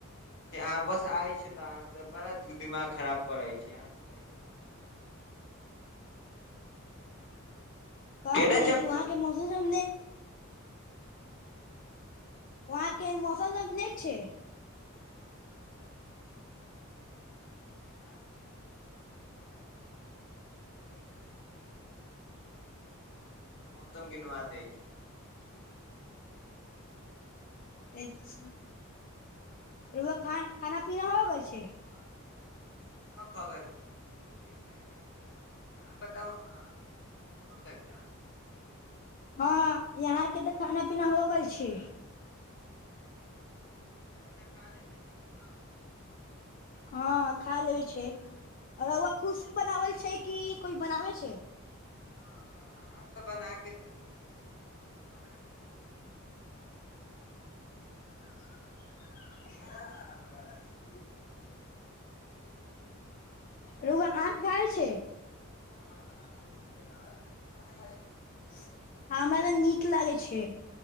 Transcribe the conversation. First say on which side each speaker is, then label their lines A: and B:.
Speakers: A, on the left (about 55°); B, on the left (about 40°).
A: से अहाँ बस आइ छै तऽ अहाँ सब बड़ा दिमाग खराब करै छी अहाँ सँ तैको नहि होइ छै <inaudible>
B: कहै
A: केने चल
B: छि वहाँ
A: गेल
B: के मौसम सब ने वहाँ के मौसम तने छै
A: हँ मौसम सब तऽ नीके छै लेकिन ब आय छी तब हम अहाँ के बताय छी हर तरीका से रुक जाइ छै तब अहाँ के पूरा मौसम गिनवा दय छि
B: अच्छा
A: अच्छा
B: व ख खाना पीना भ गेल छै
A: हँ खाना पीना तऽ सब भऽ गेल छै खूब नीक तरीकासँ खैले छी अहाँ बताउ ने अहां खाना पीना भऽ गेल छी अहाँ की की खैले छी
B: हँ यहाँ के तऽ खाना पीना हो गेल छै
A: खाना पीना खा लेले छी हँ
B: हँ खा लेबै छै आ रौआ खुद स बनाबल छै कि कोइ बनाबै छै
A: हँ हमरा अहां तऽ बना के दे देलिएई अह तऽ बना के
B: <unintelligible>
A: नहि
B: रउआ आम खाय छै <unintelligible>
A: हमरा आम अहाँ खाइ छी
B: हमरा नीक लागैया छै